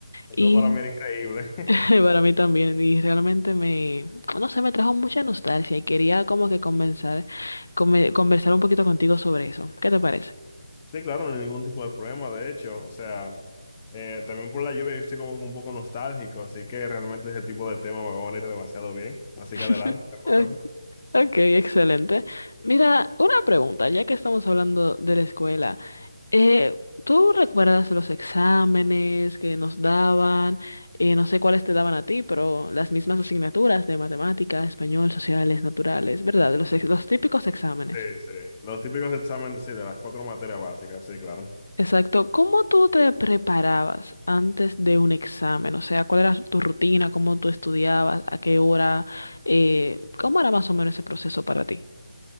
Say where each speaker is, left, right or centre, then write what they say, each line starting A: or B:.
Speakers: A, on the left; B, on the left.
A: eso
B: Y
A: para mí era increíble. <laughs>
B: <laughs> Para mí también, y realmente me, no sé, me trajo mucha nostalgia y quería como que conversar, come- conversar un poquito contigo sobre eso. ¿Qué te parece?
A: Sí, claro, no hay ningún tipo de problema, de hecho, o sea, eh, también por la lluvia yo estoy como un poco nostálgico, así que realmente ese tipo de tema me va a venir demasiado bien, así
B: <laughs>
A: que adelante, cogemos.
B: Ok, ok, excelente. Mira, una pregunta, ya que estamos hablando de la escuela, eh, ¿tú recuerdas los exámenes que nos daban? Eh, no sé cuáles te daban a ti, pero las mismas asignaturas de matemáticas, español, sociales, naturales, ¿verdad? Los, ex- los típicos exámenes.
A: Sí, sí, los típicos exámenes, sí, de las cuatro materias básicas, sí, claro.
B: Exacto. ¿Cómo tú te preparabas antes de un examen? O sea, ¿cuál era tu rutina? ¿Cómo tú estudiabas? ¿A qué hora? Eh, ¿cómo era más o menos ese proceso para ti?